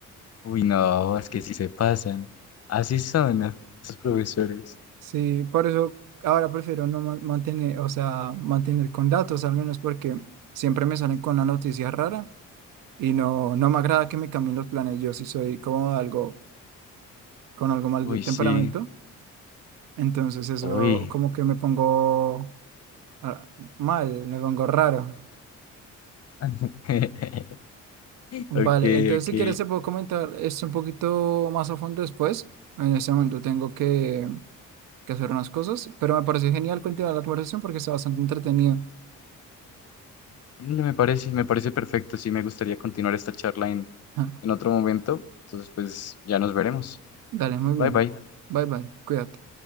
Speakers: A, on the left (about 50°); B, on the right (about 85°).
A: uy, no, es que sí se pasan. Así son esos profesores.
B: Sí, por eso ahora prefiero no ma- mantener, o sea, mantener con datos al menos porque siempre me salen con una noticia rara. Y no, no me agrada que me cambien los planes. Yo sí soy como algo con algo mal
A: Uy,
B: de temperamento.
A: sí,
B: Entonces eso
A: uy.
B: como que me pongo ah, mal, me pongo raro.
A: <laughs> Ok,
B: Vale, entonces
A: ok.
B: si quieres se puedo comentar esto un poquito más a fondo después. En este momento tengo que, que hacer unas cosas, pero me pareció genial continuar la conversación porque está bastante entretenido.
A: Dale, Me parece, me parece perfecto. Sí, me gustaría continuar esta charla en,
B: <laughs> Ajá.
A: en otro momento. Entonces, pues ya nos veremos.
B: Dale, muy
A: Bye
B: bien.
A: bye.
B: Bye bye, cuídate.